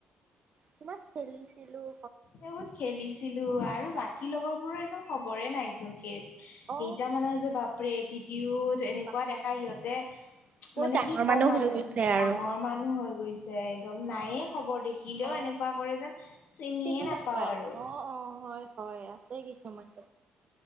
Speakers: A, on the right (about 45°); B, on the left (about 60°).
A: কিমান খেলিছিলোঁ।
B: এ বহুত খেলিছিলোঁ আৰু বাকী লগৰ বোৰৰ একদম খবৰে নাই চোন কে।
A: অ
B: কেইটামানৰ যে বাপৰে এটিটিউড এনেকুৱা
A: বাপৰে
B: দেখাই সিহঁতে।
A: বহুত
B: মানে
A: ডাঙৰ
B: কি ক'ম
A: মানুহ
B: আৰু
A: হৈ গৈছে আৰু
B: ডাঙৰ মানুহ হৈ গৈছে। একদম নায়ে খবৰ দেখিলেও
A: অ
B: এনেকুৱা কৰে যেন চিনিয়ে।
A: চিনি
B: নাপাওঁ
A: নাপায়
B: আৰু
A: অ অ হয় হয় আছে কিছুমান।